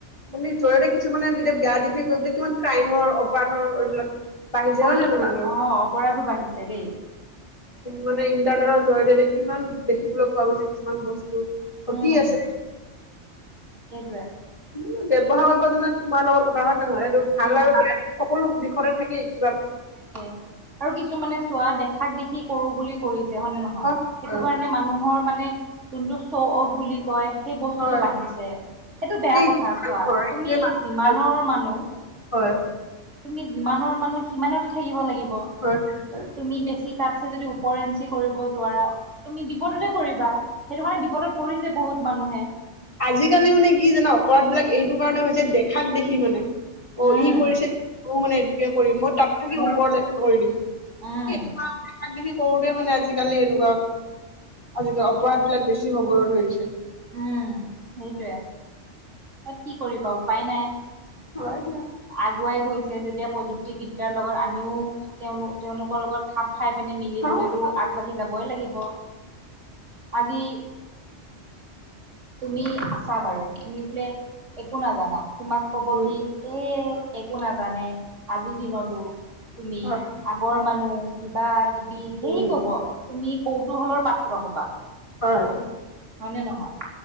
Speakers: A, on the left; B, on the right.
A: মানে জৰিয়তে কিছুমানে এতিয়া বেয়া দিশে গৈ বোলে কিমান ক্ৰাইমৰ অপৰাধৰ এইবিলাক, বাঢ়িছে
B: কৰিছে।
A: হয় নে নহয়
B: অ
A: বাৰু?
B: অপৰাধো বাঢ়িছে দেই।
A: মানে ইণ্টাৰনেটৰ জৰিয়তে কিমান দেখিবলৈ পোৱা গৈছে, কিছুমান বস্তু।
B: উম
A: কি আছে?
B: সেইটোৱে।
A: ব ব্যৱহাৰ কৰিব যেনে তোমাৰ লগত কথা হয় ন নহয়। এইটো
B: উম।
A: ভাল আৰু বেয়া দি সকলো দিশতে থাকেই।
B: তাকে আৰু কিছুমানে চোৱা দেখা, শাক দেখি কৰো বুলি কৰিছে হয় নে নহয়।
A: হয়
B: সেইটো কাৰণে মানুহৰ, মানে যোনটো শ্ব অফ বুলি কয়, সেই বস্তুতটো
A: হয়
B: বাঢ়িছে। সেইটো বেয়া
A: সেই
B: কথা
A: সেইটোৱে
B: চোৱা, তুমি
A: মানুহৰ
B: যিমানৰ মানুহ।
A: হয়।
B: তুমি যিমানৰ মানুহ সিমানতে থাকিব লাগিব।
A: হয়
B: তুমি বেছি। তাতছে যদি ওপৰ এঞ্চি কৰিব যোৱাৰ তুমি বিপদতে পৰিবা। সেইটো কাৰণে বিপদত পৰিছে বহুত মানুহে।
A: আজিকালি মানে কি জান অপৰাধ বিলাক এইটো কাৰণে হৈছে দেখাক দেখি মানে। অ
B: উম
A: ই কৰিছে ব মানে এটে কৰিম মত। তাত থাকি
B: মোক
A: ওপৰ কৰি দিম।
B: উম
A: এই সৰুতে মানে আজিকালি এনেকুৱা আজিকালি অপৰাধ বিলাক বেছি হবলৈ ধৰিছে।
B: উম সেইটোৱে তাত কি কৰিবা উপায় নাই।
A: হয় দিয়া
B: আগুৱাই গৈছে। যেতিয়া প্ৰযুক্তিবিদ্যাৰ লগত আমিও তেওঁ তেওঁলোকৰ লগত খাপ, খাই পিনে মিলিবলৈতো
A: হয়
B: আগবাঢ়ি যাবই লাগিব। আজি, তুমি আছা বাৰু তুমি বোলে একো নাজানা। তোমাক কব
A: উম
B: কি এ একো নাজানে আজিৰ দিনতো। তুমি
A: হয়
B: আগৰ মানুহ কিবা কিবি ধেই
A: উম
B: কব, তুমি কৌতুহলৰ পাত্ৰ সবা।
A: হয়
B: হয় নে নহয়?